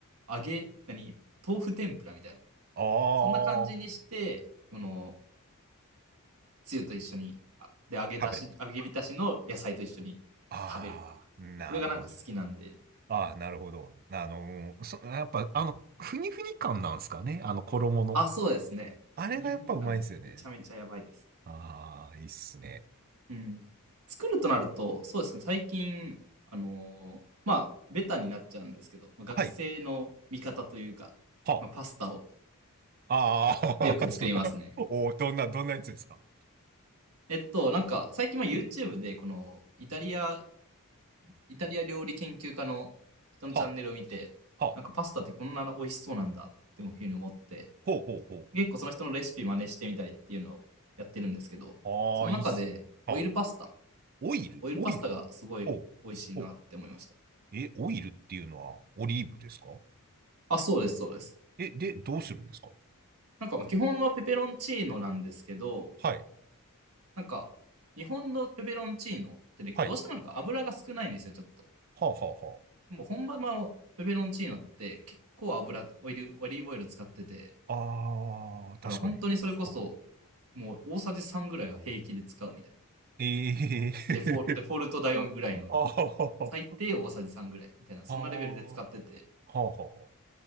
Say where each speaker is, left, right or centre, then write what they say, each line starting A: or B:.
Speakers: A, on the right; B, on the right.
A: 揚げ、何豆腐天ぷらみたいな。
B: ああ
A: そんな感じにして、この、つゆと一緒に、で、揚げ出し、
B: 食べると。
A: 揚げ浸しの野菜と一緒に食べる。
B: ああ、なるほど。
A: これがなんか好きなんで。
B: ああ、なるほど。あの、そ、やっぱ、あの、ふにふに感なんですかね。あの、衣の。
A: あ、そうですね。
B: あれがやっぱうまいんですよね。
A: ふにふに感がめちゃめちゃやばいです。
B: ああ、いいっすね。
A: うん。作るとなると、そうですね、最近、あのーまあ、ベタになっちゃうんですけど、学生の味方というか、
B: はい。は
A: まあ、パスタを
B: あ。
A: よく作りますね。
B: ああ、<laughs> そう。おーどんな、どんなやつですか
A: えっと、なんか、最近は YouTube で、この、イタリア、イタリア料理研究家の人のチャンネルを見て、
B: はあ、はあ、
A: なんかパスタってこんな美味しそうなんだっていうふうに思って、
B: ほうほうほ
A: 結構その人のレシピ真似してみたりっていうのをやってるんですけど、
B: う。ああ、
A: その中でオイルパスタ、
B: いいっす。はあ、オイル、
A: オイルパスタがすごい美味しいなって思いました。
B: オイル。ほうほうえ、オイルっていうのはオリーブですか
A: あ、そうです、そうです。
B: え、で、どうするんですか
A: なんか基本はペペロンチーノなんですけど、
B: はい。
A: なんか日本のペペロンチーノってねどうしてもなんか油が少ないんですよ、
B: はい。
A: ちょっと。
B: はあは
A: もう本場のペペロンチーノって結構油、オイル、オリーブオイル使ってて、
B: あはあ。あー、確かに。
A: だから本当にそれこそ
B: はあ、
A: もう大さじ3ぐらいは平気で使うみたいな。
B: ええ
A: デフォデフォルト代ぐらいの
B: ー <laughs> あははは
A: 最低大さじ3ぐらいみたいな、そんなレベルで使ってて、
B: あーはあはあはあ。